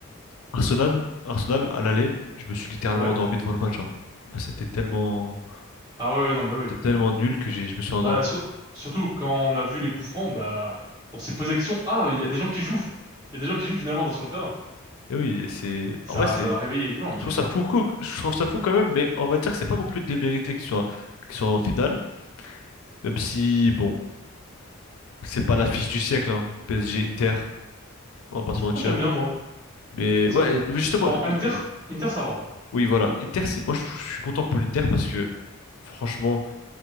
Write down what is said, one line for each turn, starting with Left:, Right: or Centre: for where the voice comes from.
Left: Arsenal, Arsenal à l'aller, je me suis littéralement
Right: quoi. Ouais.
Left: endormi devant le match. hein. Ah, C'était tellement,
Right: Ah ouais, ouais, non, bah oui.
Left: c'était tellement nul que j'ai, je me suis endormi.
Right: Bah, sur- surtout quand on a vu les coups francs, bah, on s'est posé la question, ah, il y a des gens qui jouent. Il y a des gens qui jouent finalement dans sur le terrain.
Left: Et oui, c'est,
Right: Ça,
Left: en vrai, c'est
Right: ça a réveillé les gens, mais
Left: Je trouve ça
Right: bon.
Left: fou, co- je trouve ça fou quand même, mais on va dire que c'est pas non plus démérité qu'ils soient, qu'ils soient en finale, même si, bon, c'est pas l'affiche du siècle, hein, PSG Inter, on va pas se mentir.
Right: Moi, j'aime bien, moi.
Left: Mais
Right: Ça,
Left: ouais, mais justement,
Right: bon,
Left: le-
Right: Inter,
Left: le-
Right: Inter, ça va.
Left: oui, voilà, Inter, c'est, moi je, je suis content pour l'Inter parce que, franchement,